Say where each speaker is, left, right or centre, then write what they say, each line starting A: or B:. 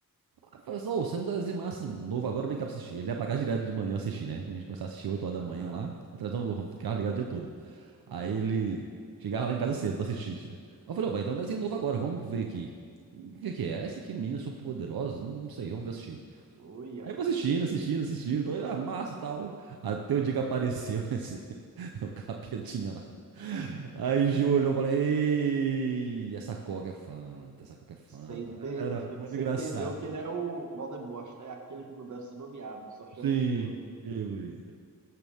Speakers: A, on the right; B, on the right.
A: Aí eu falei assim, ô, saiu um desenho massa novo agora, vem cá pra assistir. Ele ia pra casa direto de manhã assistir, né? A gente começava a assistir oito horas
B: Aham.
A: da manhã lá. A televisão eu ficava ligado o dia todo. Aí ele chegava lá em casa cedo pra assistir. tia. Aí eu falei, ó, vai, então um desenho novo agora, vamos ver aqui. O que que é? Essa aqui é Minas Superpoderosas? Não, não sei, vamos ver assistir.
B: Uia.
A: Aí eu vou assistindo, assistindo, assistindo. Falei, ah, massa, tal. Até o dia que apareceu <laughs> esse, o capetinha lá. Aí Gil olhou e falei, ei, essa Coca é Fanta, essa Coca é Fanta.
B: Você ente-
A: Era
B: <laughs>
A: muito
B: você
A: engraçado,
B: entendeu que ele
A: né?
B: é o Voldemort, né? Aquele que não deve ser nomeado, só chama
A: Sim,
B: de ele.
A: ele.